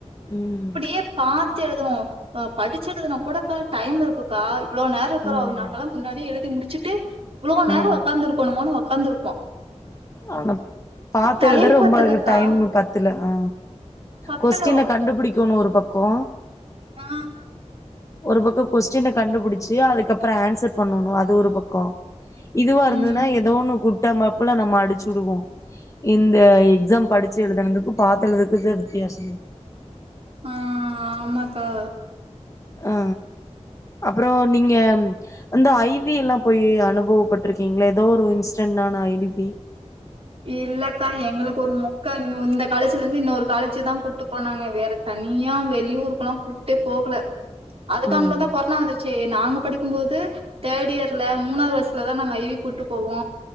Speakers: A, on the left; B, on the right.
A: ம்
B: அப்டியே பாத்து எழுதுவோ அ படிச்சு எழுதுனாகூடக்கா டைம் இருக்கு குக்கா இவ்ளோ நேர இருக்குறா
A: ம்
B: அவ நாங்களா முன்னாடியே எழுதி முடிச்சுட்டு இவ்ளோ நேர
A: ம்
B: ஒக்காந்துருக்கணுமானு பாக் உக்காந்துருப்போ
A: ஆனா பாத்து
B: டைம்
A: எழுதுற
B: பத்தலக்கா
A: ரொம்ப அது டைமு பத்துல ஆ
B: பத்தல
A: கொஸ்டின கண்டுபுடிக்கணு ஒரு பக்கோ
B: ஆ
A: ஒரு பக்க கொஸ்டின கண்டுபுடிச்சு அதுக்கப்பற ஆன்சர் பண்ணணு அது ஒரு பக்கோ இதுவ இருந்ததுனா
B: ம்
A: எதோ ஒன்னு குர்ட்டாமைப்புல நம்ம அடுச் சுடுவோ இந்த எக்ஸாம் படிச்சு எழுதுனதுக்கு பாத்து எழுதுனக்கு இதா வித்தியாச
B: ஆ ஆமக்கா
A: ஆ அப்றோ நீங்க அந்த ஐ வி எல்லா போய் அனுபவப்பட்ருக்கீங்களா எதோ ஒரு இன்ஸ்டன்டான ஐ வி பி
B: இல்லக்கா எங்களுக்கு ஒரு மொக்க இந்த காலேச்சீல இருந்து இன்னொரு காலேச்சி தா கூட்டு போனாங்க வேற தனியா வெளியுருக்கெல்லா கூப்டே போகல அதுக்காங்கள
A: ம்
B: கொரோனா வந்துருச்சு நாங்க படிக்கு போது தேட் இயர்ல மூணாவது வர்சுலதா நாங்க ஐ வி கூப்ட்டு போவோ